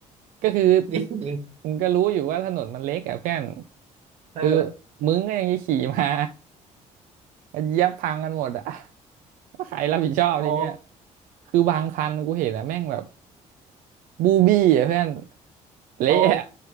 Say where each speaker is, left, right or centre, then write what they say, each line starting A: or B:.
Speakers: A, on the right; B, on the right.
A: ก็คือ
B: จริงจริง
A: มึงก็รู้อยู่ว่าถนนมันเล็กอะเพื่อน
B: เออ
A: คือมึงก็ยังจะขี่มา <laughs> มันเหยียบพังกันหมดอะว่าใครรับผิดชอบทีเนี้ย
B: อ๋อ
A: คือบางคันกูเห็นอะแม่งแบบบูบี้อะเพื่อนเละอะ
B: อ๋อ